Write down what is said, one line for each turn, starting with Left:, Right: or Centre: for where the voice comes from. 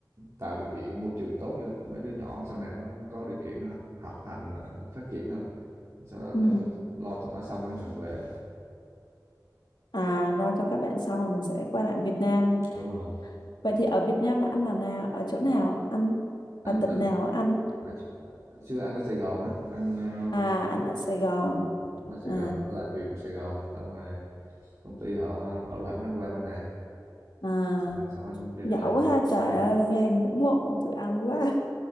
Right: tạo điều kiện môi trường tốt cho mấy đứa nhỏ sau này nó có điều kiện nó học học hành ờ, nó phát triển thôi sau đó
Left: Ừ.
Right: nếu mà lo tụi nó xong rồi mình về
Left: À, lo cho các bạn xong là mình sẽ quay lại Việt Nam.
Right: đúng rồi
Left: Vậy thì ở Việt Nam là anh là nào? Ở chỗ nào ạ? anh?
Right: anh
Left: Ở tỉnh
Right: anh
Left: nào á anh?
Right: ở, xưa anh ở Sài Gòn á anh ờ,
Left: À, anh ở Sài Gòn.
Right: nó
Left: À,
Right: Sài Gòn làm việc ở Sài Gòn xong rồi công ty họ bảo lãnh anh qua bên này
Left: à,
Right: Rồi xong anh đem
Left: giỏi
Right: gia đình
Left: quá ha,
Right: đi luôn
Left: trời ơi, nghe ngưỡng mộ tụi anh quá.